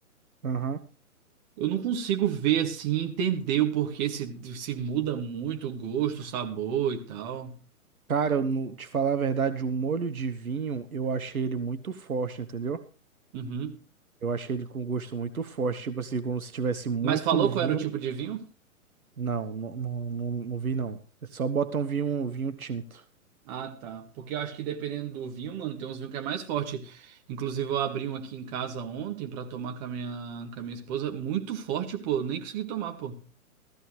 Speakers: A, on the right; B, on the right.
A: Aham.
B: Eu não consigo ver assim, entender o porquê se, se muda muito o gosto, o sabor e tal.
A: Cara, eu, não- te falar a verdade, o molho de vinho, eu achei ele muito forte, entendeu?
B: Uhum.
A: Eu achei ele com gosto muito forte, tipo assim, como se tivesse muito
B: Mas falou
A: vinho
B: qual era o tipo de vinho?
A: Não, não, não, não, não vi não. É Só botam vinho, vinho tinto.
B: Ah, tá. Porque eu acho que dependendo do vinho, mano, tem uns vinhos que é mais forte. Inclusive, eu abri um aqui em casa ontem pra tomar com a minha, com a minha esposa. Muito forte, pô. Eu Nem consegui tomar, pô.